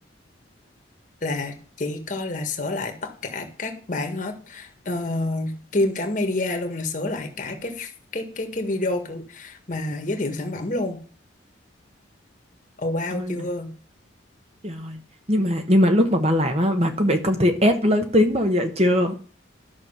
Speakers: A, on the left (about 40°); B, on the right (about 30°).
A: là chỉ coi là sửa lại tất cả các bản hết ờ, kiêm cả media luôn là sửa lại cả cái cái cái cái video mà giới thiệu sản phẩm luôn oh wow
B: ơi
A: chưa
B: là trời nhưng mà nhưng mà lúc mà bà làm á bà có bị công ty ép lớn tiếng bao giờ chưa